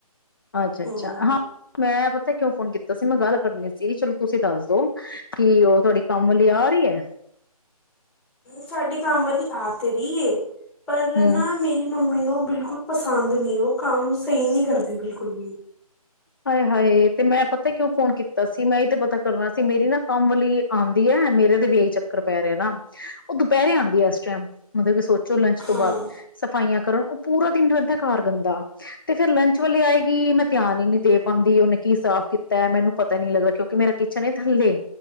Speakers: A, on the left (about 35°); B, in the centre.
A: ਅੱਛਾ-ਅੱਛਾ
B: ਹਮ
A: ਹਾਂ ਮੈਂ ਪਤ ਕਿਉਂ ਫੋਨ ਕੀਤਾ ਸੀ, ਮੈਂ ਗੱਲ ਕਰਨੀ ਸੀ ਚਲੋ ਤੁਸੀਂ ਦੱਸ ਦੋ ਕੀ ਉਹ ਤੁਹਾਡੀ ਕੰਮ ਵਾਲੀ ਆ ਰਹੀ ਏ।
B: ਸਾਡੇ ਕੰਮ ਵਾਲੀ ਆ ਤੇ ਰਹੀਏ ਪਰ
A: ਹੂੰ।
B: ਨਾ ਮੇਰੀ ਮ ਮੈਨੂੰ ਬਿਲਕੁਲ ਪਸੰਦ ਨੀ ਉਹ ਕੰਮ ਸਹੀ ਨੀ ਕਰਦੀ ਬਿਲਕੁਲ ਵੀ
A: ਹਾਏ ਹਾਏ ਤੇ ਮੈਂ ਪਤਾ ਕਿਉਂ ਫੋਨ ਕੀਤਾ ਸੀ, ਮੈਂ ਐ ਹੀ ਤੇ ਪਤਾ ਕਰਨਾ ਸੀ ਮੇਰੀ ਨਾ ਕੰਮ ਵਾਲੀ ਆਂਦੀ ਹੈ ਮੇਰੇ ਤੇ ਵੀ ਆਹੀ ਚੱਕਰ ਪੈ ਰਿਹਾ ਨਾ ਉਹ ਦੁਪਹਿਰੇ ਆਂਦੀ ਆ ਇਸ ਟਾਈਮ ਮਤਲਬ ਕਿ ਸੋਚ ਲੰਚ
B: ਹਾਂ
A: ਤੋਂ ਬਾਅਦ
B: ਹੂੰ
A: ਸਫਾਈਆਂ ਕਰਨ ਉਹ ਪੂਰਾ ਦਿਨ ਰਹਿ ਦਾ ਘਰ ਗੰਦਾ ਤੇ ਫੇਰ ਲੰਚ ਵੇ ਆਏਗੀ ਮੈਂ ਧਿਆਨ ਈ ਨਹੀਂ ਦੇ ਪਾਉਂਦੀ ਉਹਨੇ ਕੀ ਸਾਫ਼ ਕੀਤਾ ਮੈਨੂੰ ਪਤਾ ਨੀ ਲੱਗਦਾ ਕਿਉਂਕਿ ਮੇਰਾ ਕਿਚਨ ਥੱਲੇ